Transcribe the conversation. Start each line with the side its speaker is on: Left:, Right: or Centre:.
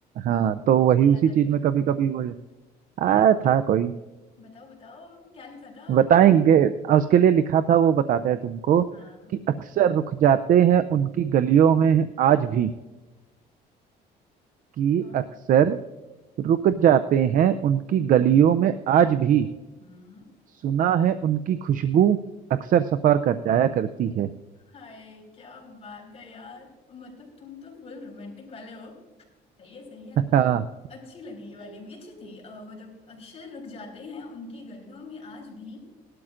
Right: हाँ तो
Left: किसकी
Right: वही उसी
Left: याद आ
Right: चीज
Left: गई तुम्हें
Right: में कभी कभी वो आ था कोई
Left: बताओ बताओ क्या लिखा था
Right: बताएंगे आ, उसके लिए लिखा था वो बताते हैं तुमको
Left: हाँ
Right: कि अक्सर रुक जाते हैं उनकी गलियों में आज भी कि
Left: हाँ,
Right: अक्सर रुक जाते
Left: बताते
Right: हैं
Left: हैं
Right: उनकी गलियों में आज भी
Left: हम्म
Right: सुना है उनकी खुशबू अक्सर सफर कर जाया करती है
Left: हाय क्या बात है यार मतलब तुम तो फुल रोमांटिक वाले हो सही है सही है
Right: <laughs> हाँ
Left: अच्छी लगी ये वाली भी अच्छी थी अ, मतलब अक्षर रुक जाते हैं उनकी गलियों में आज भी